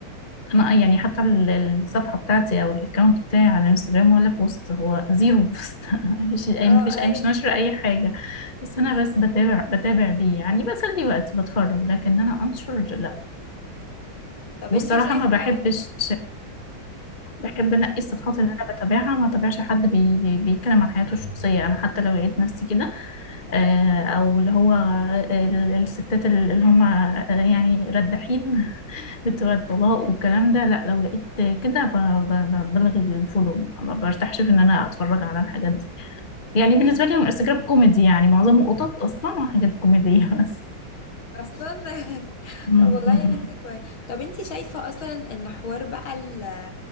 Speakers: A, on the left; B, on the left.
A: انا يعني حتى ال- الصفحه بتاعتي او الاكونت بتاعي على الانستجرام ولا بوست هو زيرو بوست <laughs> مفيش اي
B: اه
A: مفيش اي
B: اي
A: مش ناشره اي حاجه بس انا
B: اي
A: بس بتابع بتابع بيه يعني بسلي وقتي بتفرج لكن انا انشر لا
B: طب
A: والصراحه
B: انت شايفه
A: ما بحبش بحب
B: مم.
A: انقي الصفحات اللي انا بتابعها ما تابعش حد بي بي بيتكلم عن حياته الشخصيه انا حتى لو لقيت نفسي كده آه، او اللي هو ال- الستات اللي هم آه، يعني ردحين فكرة بقى الطلاق والكلام ده لا لو لقيت كده ب- ب- ب- بلغي الفولو ما برتاحش في ان انا اتفرج على الحاجات دي يعني بالنسبة
B: ايوه
A: لي الانستجرام كوميدي يعني معظمه قطط اصلا وحاجات كوميدية بس
B: اصلا <laughs>
A: <laughs>
B: طب والله يا بنتي كويس طب انتي شايفة اصلا ان حوار بقى ال